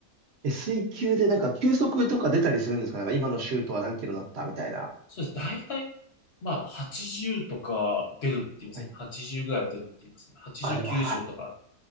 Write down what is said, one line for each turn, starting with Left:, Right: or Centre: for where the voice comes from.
Right: え、水球でなんか球速とか出たりするんですかなんか今のシュートは何キロだったみたいな。
Left: そうです。大体、まあ、80とか出るって言いますね。
Right: はい。
Left: 80ぐらいは出るって言いますね。80、
Right: あ、でも、
Left: 90とか。
Right: は